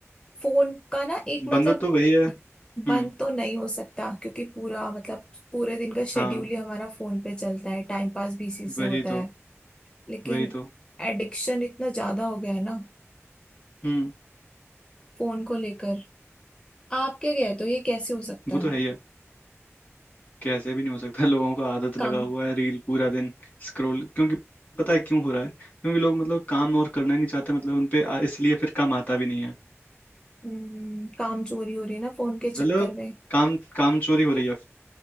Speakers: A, on the left (about 20°); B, on the left (about 40°).
A: फोन का ना एक मतलब
B: बंदा तो वही है हम्म
A: बंद तो नहीं हो सकता क्योंकि पूरा मतलब पूरे दिन का शेड्यूल
B: हाँ
A: ही हमारा फोन पे चलता है टाइम पास भी इसी से
B: वही
A: होता
B: तो
A: है लेकिन
B: वही तो
A: एडिक्शन इतना ज्यादा हो गया है ना
B: हम्म
A: फोन को लेकर आप क्या कहते हो ये कैसे हो सकता
B: वो
A: है
B: तो है ही है कैसे भी नहीं हो सकता लोगों का आदत लगा
A: काम
B: हुआ है रील पूरा दिन स्क्रॉल क्योंकि पता है क्यों हो रहा है क्योंकि लोग मतलब काम और करना ही नहीं चाहते मतलब उन पे आ- इसलिए फिर काम आता भी नहीं है
A: हम्म, काम चोरी हो रही है ना फोन के चक्कर
B: मतलब
A: में
B: काम काम चोरी हो रही है